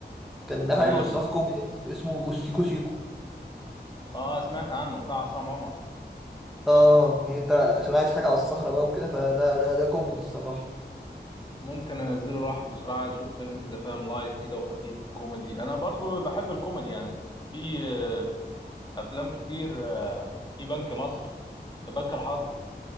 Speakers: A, in the centre; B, on the left (about 25°).
A: كان
B: تمام
A: حلو الصراحة كوميدي اسمه اسمه سيكو سيكو
B: اه سمعت عنه بتاع عصام عمر
A: اه يعني انت عشان عايز حاجة على السهرة بقى وكده فده ده ده كوميدي الصراحة
B: ممكن انزله الواحد بسرعه عايز اشوف فيلم كده فاهم لايت كده وخفيف وكوميدي انا برضو بحب الكوميدي يعني في آه، افلام كتير آه، في بنك مصر بنك الحظ